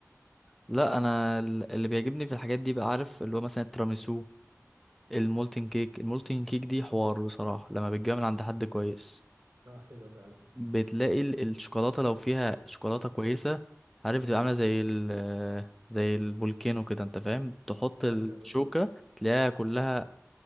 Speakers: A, in the centre; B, on the right.
A: لا انا ال- اللي بيعجبني في الحاجات دي بقى عارف اللي هو مثلا التراميسو المولتن كيك المولتن كيك دي حوار بصراحة لما بتجيبها من عند حد كويس
B: اه حلوه فعلا
A: بتلاقي ال- الشوكولاتة لو فيها شوكولاتة كويسة عارف بتبقى عاملة زي ال زي الفولكانو كده انت فاهم تحط الشوكة
B: ايوه ايوه
A: تلاقيها كلها